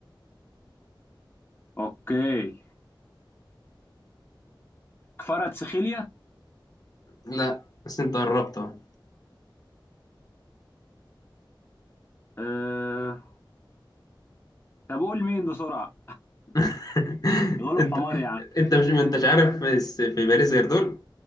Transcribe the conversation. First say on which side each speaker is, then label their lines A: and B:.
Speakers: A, on the left; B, on the left.
A: اوكي كفاراتسخيليا
B: لا بس انت قربت أهو.
A: أه... طب قول مين بسرعة
B: <laughs>
A: غلب
B: انت
A: حمار يعني
B: انت مش ما انتش عارف بس في باريس غير دول